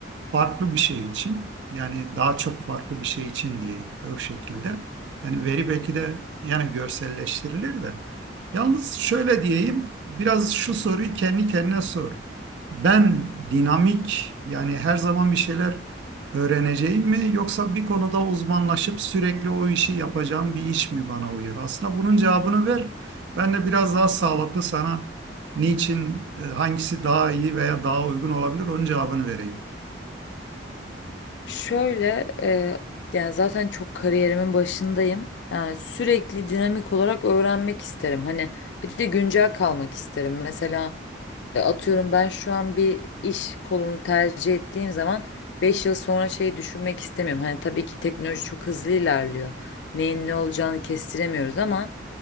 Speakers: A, on the right; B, on the left.
A: farklı bir şey için. Yani daha çok farklı bir şey için diyeyim o şekilde. Yani veri belki de yani görselleştirilir de. Yalnız şöyle diyeyim, biraz şu soruyu kendi kendine sor. Ben dinamik yani her zaman bir şeyler öğreneceğim mi yoksa bir konuda uzmanlaşıp sürekli o işi yapacağım bir iş mi bana uyuyor? Aslında bunun cevabını ver. Ben de biraz daha sağlıklı sana niçin, e, hangisi daha iyi veya daha uygun olabilir onun cevabını vereyim.
B: Şöyle e, yani zaten çok kariyerimin başındayım. Yani sürekli dinamik olarak öğrenmek isterim. Hani bir de güncel kalmak isterim. Mesela e, atıyorum ben şu an bir iş kolunu tercih ettiğim zaman 5 yıl sonra şeyi düşünmek istemiyorum. Hani tabii ki teknoloji çok hızlı ilerliyor. Neyin ne olacağını kestiremiyoruz ama